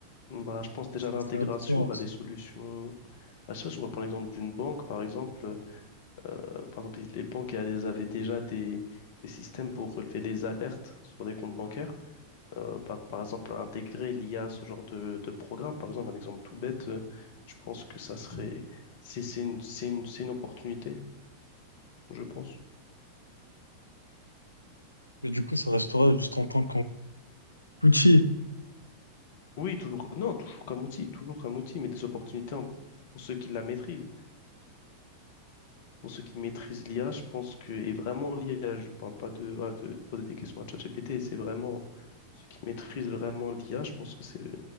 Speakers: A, on the left; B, on the left.
A: Bah, je pense déjà
B: C'est
A: à l'intégration
B: assez absent.
A: bah, des solutions. Bah, je sais pas si on va prendre l'exemple d'une banque, par exemple. Euh, par exemple, les banques elles avaient déjà des, des systèmes pour relever les alertes sur des comptes bancaires. Euh, bah, par exemple, intégrer l'IA à ce genre de, de programme, par exemple, un exemple tout bête, euh, je pense que ça serait. C'est c'est une, c'est une, c'est une opportunité, je pense.
B: Mais du coup, ça restera juste en tant qu'outil.
A: Oui, toujours. Non, toujours comme outil, toujours comme outil, mais des opportunités en- pour ceux qui la maîtrisent. pour ceux qui maîtrisent l'IA, je pense que, et vraiment l'IA, je parle pas de, voilà, de, de poser des questions à ChatGPT, c'est vraiment ceux qui maîtrisent vraiment l'IA, je pense que c'est,